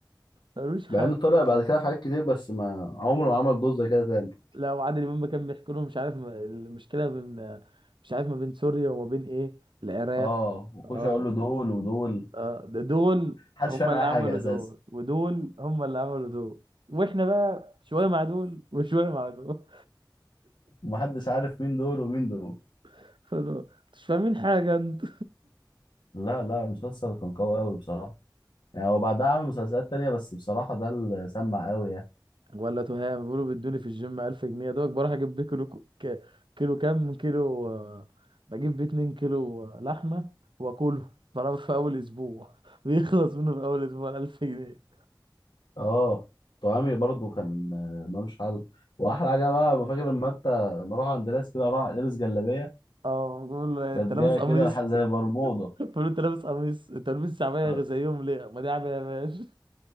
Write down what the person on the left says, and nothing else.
مع انه طلع بعد كده في حاجات كتير بس ما عمره ما عمل دور زي كده تاني
اه وخش
اقول له دول ودول
محدش
فاهم
اي حاجة
اساسا
ومحدش عارف مين دول ومين دول
لا لا المسلسل كان قوي قوي بصراحة يعني هو بعدها عمل مسلسلات تانية بس بصراحة ده اللي سمع قوي يعني
اه طعامي برضو كان آه، ملوش حل واحلى حاجه بقى فاكر لما انت ما اروح عند ناس كده اروح لابس جلابيه
كانت
جايه
كده لح- زي برمودا
آه،